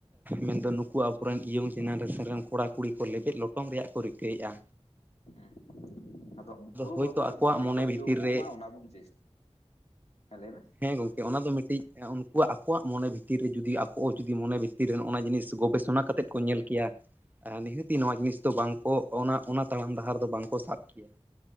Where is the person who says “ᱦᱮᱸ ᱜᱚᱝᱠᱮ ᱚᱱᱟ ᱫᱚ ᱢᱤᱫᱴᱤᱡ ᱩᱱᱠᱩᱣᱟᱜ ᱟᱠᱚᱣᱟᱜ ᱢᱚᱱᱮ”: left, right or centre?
Right